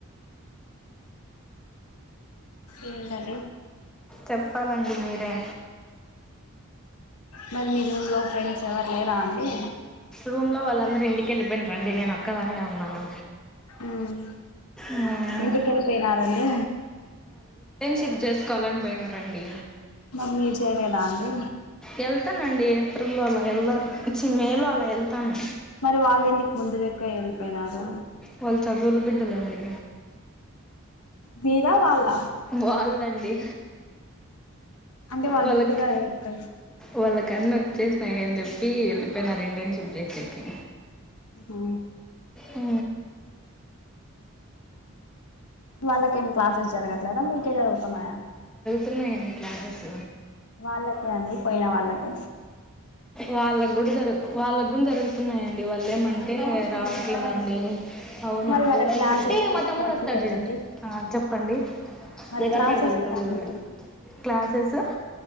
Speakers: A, on the left; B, in the centre.
A: ఏంటండీ
B: చెప్పాలండి మీరే అండీ
A: మరి మీ రూమ్ లో ఫ్రెండ్స్ ఎవరు లేరా అండి
B: రూమ్ లో వాళ్ళందరు ఇంటికెళ్ళి పోయినారు అండి నేను ఓ క్కదాన్నే ఉన్నాను
A: ఊ
B: మ్మ్.
A: ఎందుకు ఎళ్ళిపోయినారండి
B: చెక్ చేసుకోవాలని పోయినారు అండి
A: మరి మీరు చేయలేదా అండి
B: వెళ్తానండి ఏప్రిల్ లో అలా వెళ్లి చి మే లో అలా వెళ్తాను
A: మరి వాళ్ళ ఇంటికి ముందురెక్కే ఎళ్ళిపోయినారు
B: వాళ్ళు చదువులు బిడ్డల అండి
A: మీరా వాళ్లా
B: వాళ్ళండి
A: అంటే వాళ్ళు
B: వాళ్ళకి
A: ముందుగా వెళ్ళిపోయారు
B: వాళ్ళ అన్ని వచ్చేసినాయి అని చెప్పి ఎళ్ళిపోయినారు ఇంటర్న్షిప్ చేసేకి
A: ఉ
B: ఊ
A: వాళ్ళకేం క్లాసెస్ జరగ లేదా మీకె జరుగుతున్నయా
B: తున్నాయండి క్లాసెస్
A: వాళ్ళకే అండి పోయిన వాళ్ళకి
B: వాళ్ళకు కూడా జరుగు వాళ్ళకు కూడా జరుగుతున్నాయండి వాళ్ళ ఏమంటే రావట్లేదండి అవును
A: మరి వాళ్ళ క్లాసెస్
B: మా తమ్ముడు
A: క్లాసెస్
B: వస్తారు
A: ఎట్టండి
B: చుడు ఆ చెప్పండి
A: మరి
B: నేను కనిబెడతా
A: క్లాసెస్
B: నీ
A: ఎలా
B: తమ్ముడు
A: అండి
B: ఎవరనేది క్లాసెస్